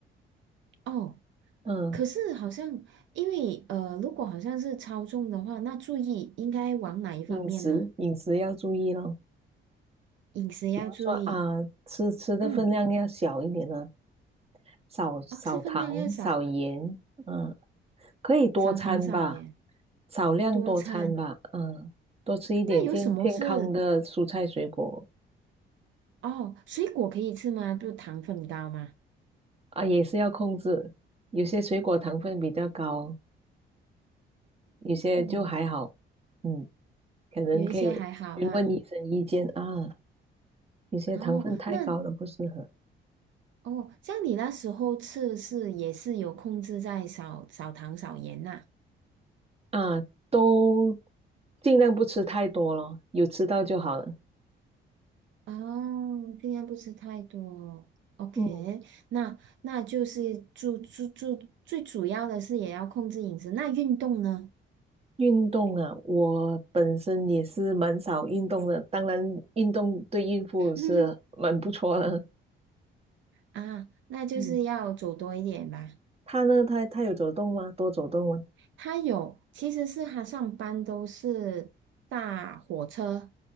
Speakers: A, on the right (about 70°); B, on the right (about 30°).
A: 哦，
B: 嗯。
A: 可是好像因为呃，如果好像是超重的话，那注意应该往哪一方面呢？
B: 饮食饮食要注意咯，
A: 饮食要注意，
B: 说啊，吃吃的分量要小一点呢，
A: 嗯，
B: 少少糖少盐，
A: 哦，吃分量要少。
B: 嗯，可以多餐吧，
A: 少糖少盐，
B: 少量多餐吧，
A: 多餐。
B: 嗯，多吃一点健健康的蔬菜水果
A: 那有什么是哦？水果可以吃吗？就糖分高吗？
B: 啊，也是要控制，有些水果糖分比较高，有些就还好，
A: 哦，
B: 嗯，可能可以
A: 有一些还好啦。
B: 询问医生意见啊，有些糖分太高了不适合。
A: 哦，那哦，像你那时候吃是也是有控制在少少糖少盐呐、
B: 啊，都尽量不吃太多咯，有吃到就好了。
A: 哦，尽量不吃太多。OK，
B: 嗯，
A: 那那就是主主主最主要的是也要控制饮食。那运动呢？
B: 运动啊，我本身也是蛮少运动的，当然运动对孕妇是蛮不错的。
A: <laughs>
B: <laughs>
A: 啊，那就是要走多一点吧。
B: 嗯，他呢，他他有走动吗？多走动吗？
A: 他有，其实是他上班都是搭火车，